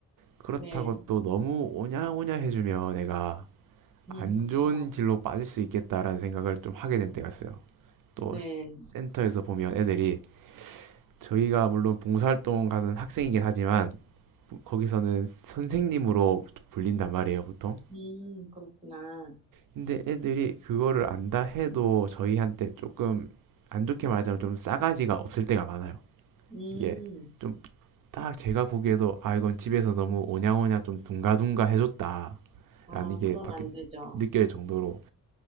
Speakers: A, on the right (about 65°); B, on the right (about 15°).
A: 그렇다고
B: 네,
A: 또 너무 오냐오냐 해주면 내가 안
B: 음, 그쵸.
A: 좋은 길로 빠질 수 있겠다라는 생각을 좀 하게 된 때가 있어요. 또
B: 네.
A: 센터에서 보면 애들이 저희가 물론 봉사활동 가는 학생이긴 하지만 거기서는 선생님으로 불린단 말이에요, 보통.
B: 음, 그렇구나.
A: 근데 애들이 그거를 안다 해도 저희한테 조금 안 좋게 말하자면 좀 싸가지가 없을 때가 많아요.
B: 음,
A: 이게 좀 딱 제가 보기에도 아 이건 집에서 너무 오냐오냐 좀 둥가둥가 해줬다라는
B: 아,
A: 게
B: 그럼
A: 밖에
B: 안 되죠.
A: 느껴질 정도로